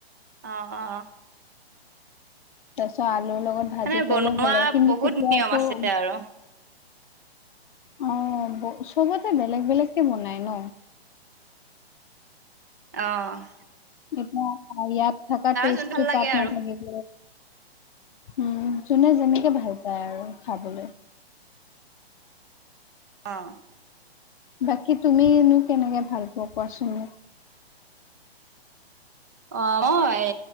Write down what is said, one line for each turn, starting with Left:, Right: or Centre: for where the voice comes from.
Right: অ অ
Left: তাৰপিছত আলুৰ লগত ভাজি
Right: মানে বনোৱা
Left: কৰিলেও ভাল লাগে কিন্তু
Right: বহুত
Left: তেতিয়া
Right: নিয়ম
Left: আকৌ
Right: আছে আৰু
Left: অঁ চবতে বেলেগ বেলেগকৈ বনায় ন।
Right: অঁ।
Left: এতিয়া ইয়াত থাকা টেষ্টটো
Right: যোন ভাল লাগে
Left: তাত নাথাকিব
Right: আৰু
Left: উম যোনে যেনেকে ভাল পায় আৰু খাবলৈ।
Right: অঁ
Left: বাকী তুমিনো কেনেকে ভাল পোৱা কোৱাচোন?
Right: অ মই